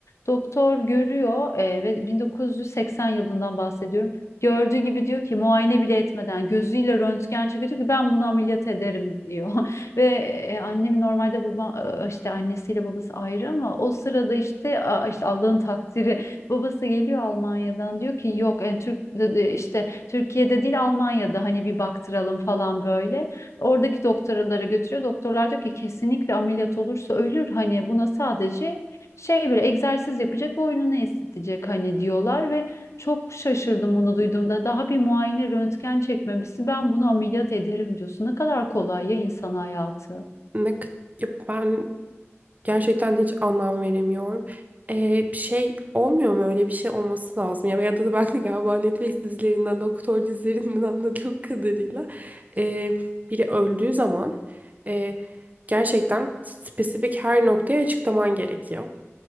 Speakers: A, on the left; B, on the right.
A: Doktor görüyor eee, ve 1980 yılından bahsediyorum. Gördüğü gibi diyor ki muayene bile etmeden gözüyle röntgen çekiyor diyor ki ben bunu ameliyat ederim diyor. <laughs> Ve e, annem normalde baba e, işte annesiyle babası ayrı ama o sırada işte a, işte Allah'ın takdiri babası geliyor Almanya'dan diyor ki yok yani Türk e, işte Türkiye'de değil Almanya'da hani bir baktıralım falan böyle. Oradaki doktorlara götürüyor. Doktorlar diyor ki kesinlikle ameliyat olursa ölür hani buna sadece şey böyle egzersiz yapacak boynunu esnetecek hani diyorlar ve çok şaşırdım bunu duyduğumda. Daha bir muayene röntgen çekmemesi ben bunu ameliyat ederim diyorsun. Ne kadar kolay ya insan hayatı.
B: Ne, k- ya ben Gerçekten hiç anlam veremiyorum. Ee, bir şey olmuyor mu? Öyle bir şey olması lazım. Ya ya da ben de galiba Netflix dizilerinden, doktor dizilerinden <laughs> anladığım kadarıyla ee, biri öldüğü zaman ee, gerçekten spesifik her noktaya açıklaman gerekiyor.